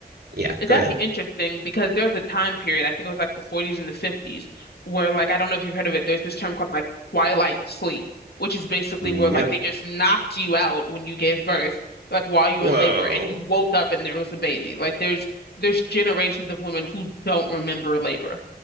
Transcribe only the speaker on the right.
yeah.
Go
ahead.
No,
whoa,